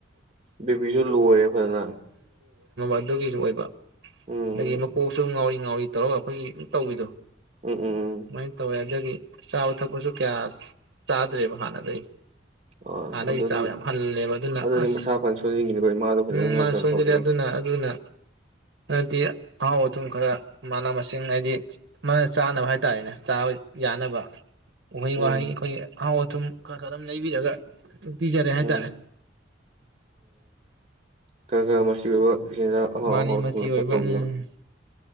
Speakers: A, on the right; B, on the right.
A: ꯕꯤꯄꯤꯁꯨ ꯂꯣ ꯑꯣꯏꯔꯦ ꯐꯖꯅ
B: ꯑꯗꯨꯒꯤꯁꯨ ꯑꯣꯏꯕ
A: ꯎꯝ
B: <unintelligible> ꯃꯀꯣꯛꯁꯨ ꯉꯥꯎꯔꯤ ꯉꯥꯎꯔꯤ ꯉꯥꯎꯔꯤ ꯇꯧꯔꯒ ꯑꯩꯈꯣꯏꯒꯤ ꯇꯧꯕꯤꯗꯣ
A: ꯎꯝ ꯎꯝ ꯎꯝ
B: ꯁꯨꯃꯥꯏꯅ ꯇꯧꯋꯦ ꯑꯗꯨꯒꯤ ꯆꯥꯕ ꯊꯛꯄꯁꯨ ꯀꯌꯥ ꯆꯥꯗ꯭ꯔꯦꯕ ꯍꯥꯟꯅꯗꯩ
A: ꯑꯁ
B: ꯍꯥꯟꯗꯩ
A: ꯑꯗꯨꯗꯤ
B: ꯆꯥꯕ ꯌꯥꯝ ꯍꯜꯂꯦꯕ ꯑꯗꯨꯅ
A: ꯑꯗꯨꯗꯤ
B: ꯑꯁ
A: ꯃꯁꯥ ꯐꯅ ꯁꯣꯟꯖꯤꯟꯈꯤꯅꯤꯀꯣ ꯏꯃꯥꯗꯣ ꯐꯖꯅ
B: ꯎꯝ
A: ꯅꯪꯇꯅ
B: ꯃꯥ ꯁꯣꯟꯖꯔꯦ
A: ꯇꯧꯕꯤꯌꯨ
B: ꯑꯗꯨꯅ ꯑꯗꯨꯅ ꯍꯥꯏꯗꯤ ꯑꯍꯥꯎ ꯑꯊꯨꯝ ꯈꯔ ꯃꯅꯥ ꯃꯁꯤꯡ ꯍꯥꯏꯗꯤ ꯃꯥ ꯆꯥꯅꯕ ꯍꯥꯏ ꯍꯥꯏꯇꯥꯔꯦꯅꯦ ꯆꯥꯕ ꯌꯥꯅꯕ ꯎꯍꯩ
A: ꯎꯝ
B: ꯋꯥꯍꯩ ꯑꯈꯣꯏ ꯑꯍꯥꯎ ꯑꯗꯨꯝ ꯈꯔ ꯈꯔ ꯑꯗꯨꯝ ꯂꯩꯕꯤꯔꯒ ꯄꯤꯖꯔꯦ ꯍꯥꯏꯇꯥꯔꯦ
A: ꯎꯝ ꯈ ꯈ ꯃꯁꯤ ꯑꯣꯏꯕ ꯁꯤꯗ ꯑꯥꯍꯥꯎ
B: ꯃꯥꯅꯤ
A: ꯑꯍꯥꯎ
B: ꯃꯆꯤ
A: <unintelligible>
B: ꯑꯣꯏꯕ
A: ꯈꯔ ꯇꯧꯕꯤꯌꯨ
B: ꯎꯝ